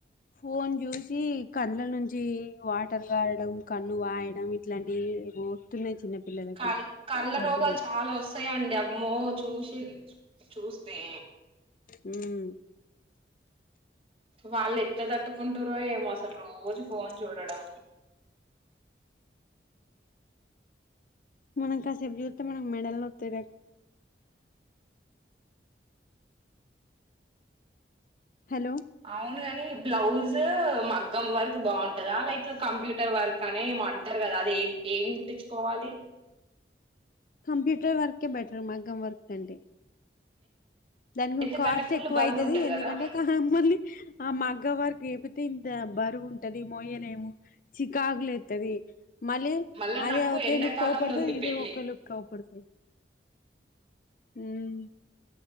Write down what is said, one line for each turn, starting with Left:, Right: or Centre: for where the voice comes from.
Left: ఫోన్ చూసి కళ్ల నుంచి వాటర్ కారడం కన్ను వాయడం ఇట్లాంటివి వస్తున్నాయి చిన్న పిల్లలకు
Right: కల్ కళ్ళ
Left: జబ్బులు
Right: రోగాలు చాలా వస్తాయిండి అమో చూసి చూ తే
Left: మ్మ్
Right: వాళ్ళు ఎట్లా తట్టుకుంటారో ఏమో అసలు రోజు ఫోన్ చూడడం
Left: మనం కాసేపు చుతే మనకు మెడలు నోతయి హలో
Right: అవును ని బ్లౌజ్ మగ్గం వర్క్ బాగుంటదా లైక్ కంప్యూటర్ వర్క్ అనే ఏమో అంటారు కదా అది ఏం ఏం గుట్టించుకోవాలి
Left: కంప్యూటర్ వర్కే బెటర్ మగం వర్క్ కంటే దానికి
Right: ఎందుకంటే
Left: కాస్ట్
Right: ఫుల్
Left: ఎక్కువ
Right: బరువు
Left: అవుతుది
Right: ఉంటది
Left: ఎందుకంటే
Right: కదా
Left: కా మళ్ళీ ఆ మగ్గ వారికి చెపితే ఇంత బరువు ఉంటది మోయనే ఏమో చికాకులు లేతది మళ్ళీ
Right: మళ్ళా
Left: అదే
Right: నాకు
Left: ఒకే
Right: ఎండాకాలంలో
Left: లుక్ అవ్వ పడుతుంది
Right: ఉంది
Left: ఇదే
Right: పెళ్ళి
Left: ఒకే లుక్ అవ్వ పడుతది మ్మ్